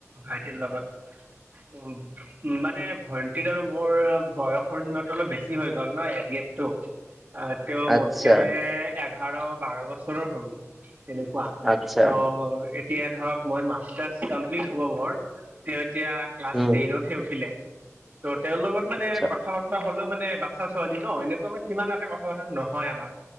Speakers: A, on the right; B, in the centre.
A: ভাইটিৰ লগত উম মানে ভন টিত আৰু মৰ বয়সৰ সীমাটো অলপ বেছি হৈ গ'ল ন এজ গেপটো। আ তেওঁ
B: আচ্ছা
A: মোতকে মানে এঘাৰ বাৰ বছৰৰ সৰু। তেনেকুৱা
B: আচ্ছা
A: ত এতিয়া ধৰক মই মাষ্টাৰছ কমপ্লিট হব মৰ। তে তিয়া ক্লাছ
B: উম
A: টেনতহে উঠিলে। ত তেওঁলগত মানে
B: আচ্ছা
A: কথা বাৰ্তা হলো মানে বাচ্ছা ছোৱালী ন এনেকুৱা মানে সিমান এটা কথা বতৰা নহয় আমাৰ।